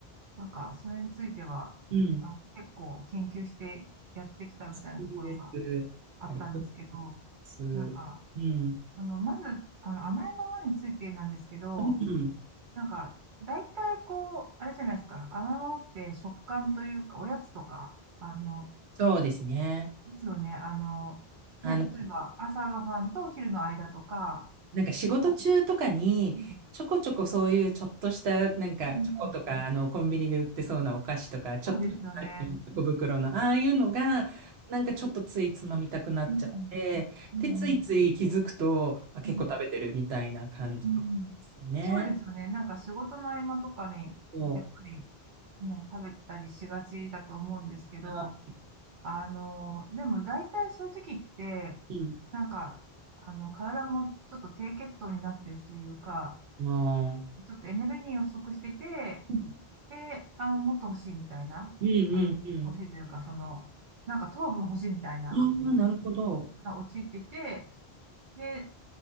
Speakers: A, on the right (about 60°); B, on the right (about 85°).
A: なんか、それについては、
B: うん。
A: あ、結構研究してやってきたみたいなところが
B: 好きです。
A: あったんですけど、
B: ありがとうございます。
A: なんか、
B: うん。
A: その、まず、あの、甘えのものについてなんですけど、
B: うん。
A: なんか、大体こう、あれじゃないですか。甘いものって食感というか、おやつとか、あの、
B: そうですね。
A: いつよね、あの、
B: あの、
A: ね、例えば朝ごはんとお昼の間とか、
B: なんか仕事中とかに、
A: うん
B: ちょこちょこそういうちょっとした、なんかチョコとか、
A: うん
B: あの、コンビニで売ってそうなお菓子とか、ちょっと
A: そうですよね。
B: 小袋の、ああいうのが、なんかちょっとついつまみたくなっちゃって、
A: うんうんうん
B: で、ついつい気づくと、あ、結構食べてるみたいな感じとかですよね。
A: うんそうですよね。なんか仕事の合間とかに、
B: そう。
A: やっぱりね、食べたりしがちだと思うんですけど、
B: あ
A: あの、でも大体そういう時って、
B: うん
A: なんか、あの、体もちょっと低血糖になってるというか、
B: ああ、
A: ちょっとエネルギーが不足してて、
B: うん。
A: で、あの、もっと欲しいみたいな、
B: うんうんうん。
A: あ欲しいというか、その、なんか糖分欲しいみたいな感じに、
B: ああ、なるほど。
A: が陥ってて、で、